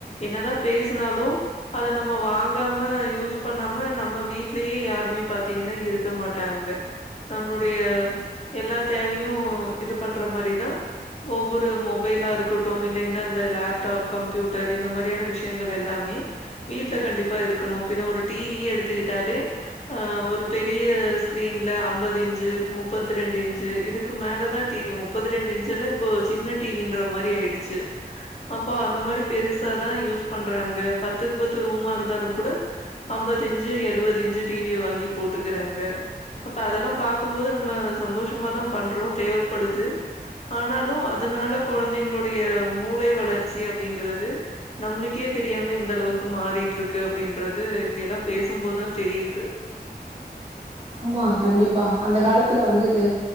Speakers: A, on the left; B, on the right.
A: என்னதா பேஸ்னாலு அத நம்ம வாங் காம யூஸ் பண்ணாம நம்ம வீட்லயே யாருமே பாத்தீங்கன்னா இருக்க மாட்டாங்க நம்முடைய எல்லா தேவையு இது பண்ற மாரிதா ஒவ்வொரு மொபைலா இருக்கட்டு இல்லேனா அந்த லேப்டாப் கம்ப்யூட்டர் இந்த மாதிரியான விஷ்யங்கள் எல்லாமே வீட்ல கண்டிப் ப இருக்கணு பின்ன ஒரு டிவியே எடுத்து கிட்டாலே ஆ ஒரு பெரிய ஸ்கிரீன்ல அம்பது இஞ்சு முப்பத்ரண்டு இஞ்சு இதுக்கு மேல தா டிவி முப்பத்ரெண்டு இஞ்செல்லா இப்ப சின்ன டிவின்ற மாரி ஆயிடுச்சு அப்போ அந்த மாரி பெருசா தா யூஸ் பண்றாங்க பத்துக்கு பத்து ரூமா இருந்தாலு கூட அம்பது இஞ்சு எழுவது இஞ்சு டீவி வாங்கி போட்டுக்கிறாங்க அப்ப அதெல்லா பாக்கும்போது நம்ப சந்தோஷமா தா பண்றோ தேவப்படுது ஆனாலு அதனால கொழந்தைங்களுடைய மூளை வளர்ச்சி அப்டின்றது நம்பளுக்கே தெரியாம எந்தளவுக்கு மாறிட்ருக்கு அப்டின்றது இப்டியல்லா பேசும்போதுதா தெரியுது
B: ஆமா கண்டிப்பா அந்த காலத்துல வந்துட்டு